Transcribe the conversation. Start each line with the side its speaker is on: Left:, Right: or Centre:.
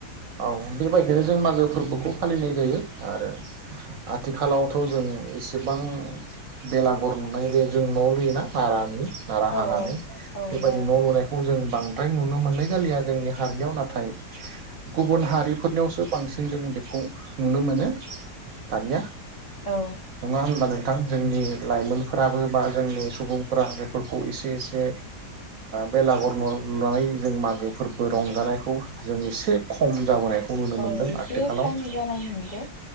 Right: औ बेबायदिनो जों मागो फोरबोखौ फालिनाय जायो आरो आथि आथिखालावथ' जों एसेबां बेलागर नुनाय बे जों न'आव लुयोना नारानि नारा
Left: औ
Right: हानानै
Left: औ
Right: बेबायदि
Left: नालाय
Right: न' लुनायखौ जों बांद्राय नुनो मोननाय जालिया जोंनि हारिनियाव नाथाय गुबुन हारिफोरनियावसो बांसिन जों बेखौ नुनो मोनो दानिया
Left: औ
Right: नङा होनबा नों <unintelligible> जोंनि लाइमोनफोराबो बा जोंनि सुबुंफोरा बेफोरखौ एसे एसे बेलागर न' लुनानै जों मागो फोर्बो रंजानायखौ जों एसे खम जाबाय खौ नुनो
Left: औ
Right: मोनदों
Left: एसे
Right: आथिखालाव
Left: खम जानाय नुदो